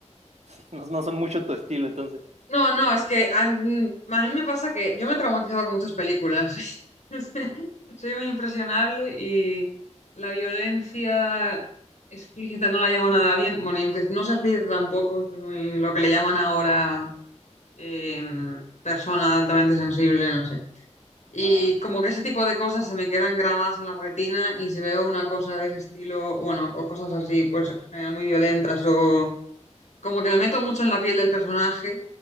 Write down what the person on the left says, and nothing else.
No, no, es que a, mí a mí me pasa que yo me he traumatizado con muchas películas. <laughs> Soy muy impresionable y la violencia explícita no la llevo nada bien. Bueno, y aunque no sea explícita tampoco, soy muy- lo que le llaman ahora eh, persona altamente sensible, no sé. Y
como que ese tipo de cosas se me quedan grabadas en la retina y si veo una cosa de ese estilo, bueno, o cosas así, pues en general muy violentas o como que me meto mucho en la piel del personaje